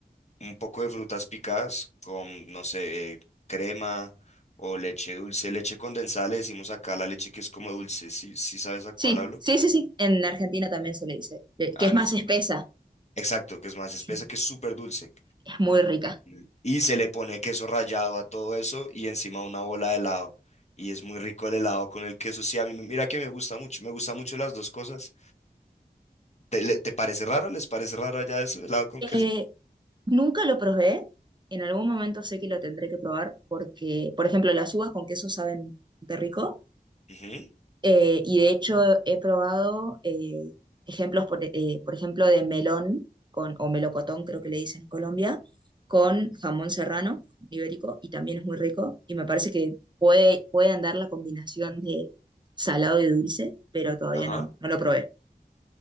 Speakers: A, on the left (about 45°); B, on the right (about 30°).
A: un poco de frutas picadas con, no sé, eh, crema o leche dulce, leche condensada, le decimos acá la leche que es como dulce, ¿Sí, sí sabes a cuál
B: Sí,
A: hablo?
B: sí, sí, sí. En Argentina también se le dice, eh,
A: Ah,
B: que es
A: listo.
B: más espesa.
A: Exacto, que es más espesa,
B: Sí,
A: que es súper dulce.
B: es muy rica.
A: em, y se le pone queso rallado a todo eso y encima una bola de helado. Y es muy rico el helado con el queso. Sí, a mí me- mira que me gusta mucho, me gustan mucho las dos cosas. ¿Te, le- te parece raro? ¿Les parece raro allá eso, helado con
B: Eh,
A: queso?
B: nunca lo probé. En algún momento sé que lo tendré que probar porque, por ejemplo, las uvas con queso saben de rico.
A: Ujú,
B: Eh, y de hecho he probado eh, ejemplos, por, eh, por ejemplo, de melón con, o melocotón, creo que le dicen en Colombia, con jamón serrano ibérico y también es muy rico. Y me parece que puede, puede andar la combinación de salado y dulce, pero todavía
A: Ajá.
B: no, no lo probé.